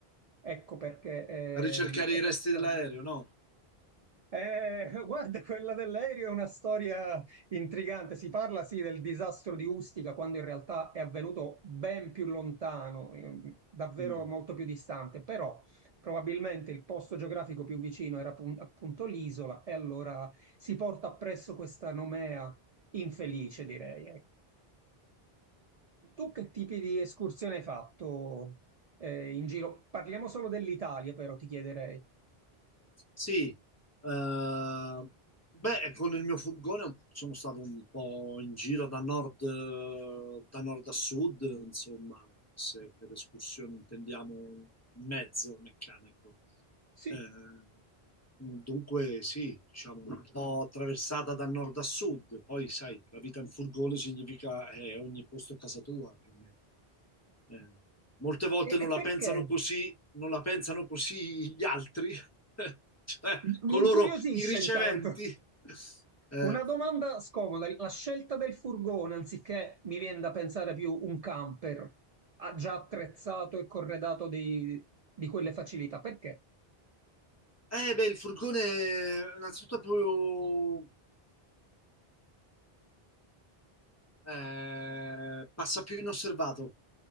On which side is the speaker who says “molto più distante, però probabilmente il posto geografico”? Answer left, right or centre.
Right